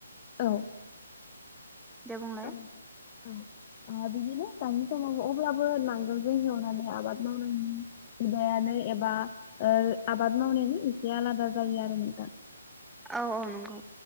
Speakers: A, on the left; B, in the centre.
A: औ
B: दे बुंलाय।
A: औ नोंथां औ ओ बिदिनो दानि समाव अब्लाबो नांगोलजों एवनानै आबाद मावनायनि मुगायानो एबा ओ आबाद मावनायानो एसे आलादा जायो आरो नोंथां।
B: औ औ नंगौ